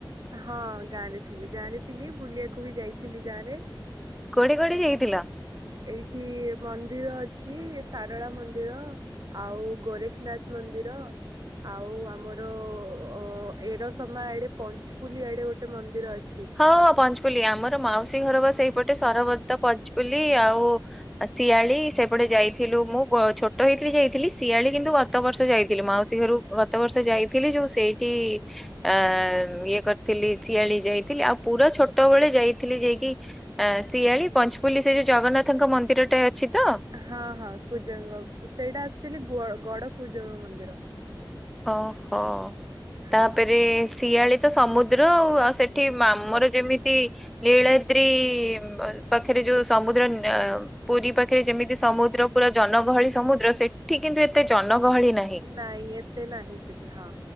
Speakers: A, on the right; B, in the centre.
A: ହଁ ଗାଁରେ ଥିଲି ଗାରେ ଥିଲି ବୁଲିବାକୁ ବି ଯାଇଥିଲି ଗାଁ ରେ।
B: କୋଉଠି କୋଉଠି ଯାଇଥିଲା?
A: ଏଇଠି ମନ୍ଦିର ଅଛି ସାରଳା ମନ୍ଦିର। ଆଉ ଗୋରେଖନାଥ ମନ୍ଦିର ଆଉ ଆମର ଅ ଏରସମା ଆଡେ ପଞ୍ଚପୁଲି ଆଡେ ଗୋଟେ ମନ୍ଦିର ଅଛି।
B: ହଁ ହଁ ପଞ୍ଚପୁଲି ଆମର ମାଉସୀ ଘର ବା ସେଇପଟେ ସରବଦ୍ତ ପଞ୍ଚପୁଲି ଆଉ ଆ ଶିଆଳି ସେପଟେ ଯାଇଥିଲୁ ମୁଁ ଗ ଛୋଟ ହେଇଥିଲି ଯାଇଥିଲି ଶିଆଳି କିନ୍ତୁ ଗତ ବର୍ଷ ଯାଇଥିଲି ମାଉସୀ ଘରୁ ଗତ ବର୍ଷ ଯାଇଥିଲି ଯୋଉ ସେଇଠି ଆ ଇଏ କରିଥିଲି ଶିଆଳି ଯାଇ ଥିଲି ଆଉ ପୁରା ଛୋଟବେଳେ ଯାଇଥିଲି ଯାଇକି ଆ ଶିଆଳି ପଞ୍ଚପଲ୍ଲି ସେ ଯୋଉ ଜଗନ୍ନାଥଙ୍କ ମନ୍ଦିର ଟେ ଅଛି ତ।
A: ହଁ ହଁ କୁଜଙ୍ଗ ସେଇଟା ଆକ୍ଚୁଲି ଗ ଗଡ କୁଜଙ୍ଗ ମନ୍ଦିର।
B: ଓହୋ
A: ହଁ
B: ତାପରେ ଶିଆଳି ତ ସମୁଦ୍ର ଆଉ ଆଶ୍ ସେଠି ମାମୁଁର ଯେମି ତି ଲୀଳଦ୍ରୀ ପାଖରେ ଯୋଉ ସମୁଦ୍ର ନ ପୁରୀ ପାଖରେ ଯେମିତି ସମୁଦ୍ର ପୁରା ଜନଗହଳି ସମୁଦ୍ର ସେଠି କିନ୍ତୁ ଏତେ ଜନଗହଳି ନାହିଁ।
A: ନାଇଁ ଏତେ ନାହିଁ ସେଠି ହଁ।